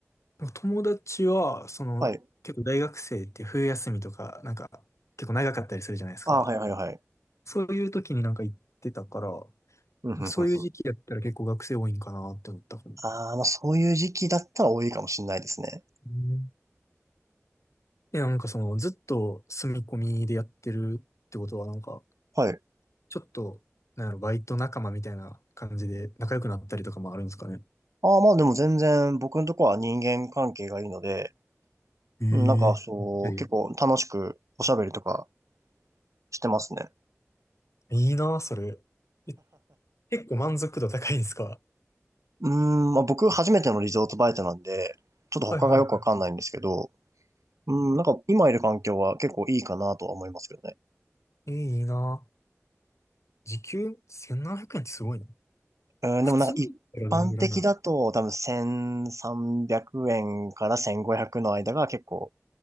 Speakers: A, on the left (about 70°); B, on the right (about 85°).
A: 友達は、その、
B: はい。
A: 結構大学生って冬休みとか、なんか、結構長かったりするじゃないですか。
B: ああ、はいはいはい。
A: そういう時になんか行ってたから、
B: うんうんうんうん
A: そういう時期やったら結構学生多いんかなって思ったかも。
B: ああ、まあそういう時期だったら多いかもしれないですね。
A: うんえ、なんかその、ずっと住み込みでやってるってことは、なんか、
B: はい。
A: ちょっと、なんやろ、バイト仲間みたいな感じで仲良くなったりとかもあるんですかね。
B: ああ、まあでも全然僕のとこは人間関係がいいので、
A: ええで
B: うん、なんかそう、結構楽しくおしゃべりとかしてますね。
A: いいな、それ。え、結構満足度高いんですか
B: うーん、まあ僕初めてのリゾートバイトなんで、ちょっと他がよくわかんないんですけど、
A: はいは
B: うん、なんか今いる環境は結構いいかなとは思いますけどね。
A: い。え、いいな。時給1700円ってすごいな。
B: うん、
A: 普通だったらどんぐらいなの
B: でもなんか一般的だと多分1300円から1500の間が結構